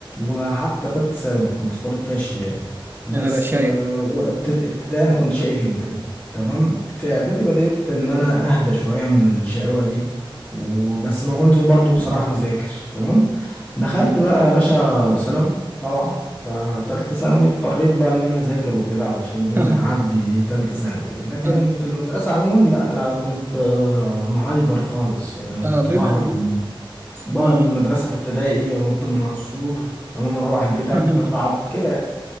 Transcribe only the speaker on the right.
انا بشايرك
<laughs>
اه
اه
بما
ب-
مم.
<laughs>